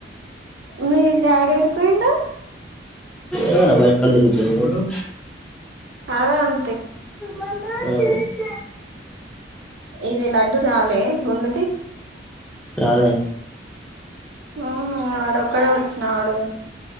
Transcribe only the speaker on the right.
మీ డాడీ ఏడికి వేయిండు
అదన్
ఇది లడ్డు రాలే గుండది
ఉ వాడ ఒక్కడే వచ్చినా వాడు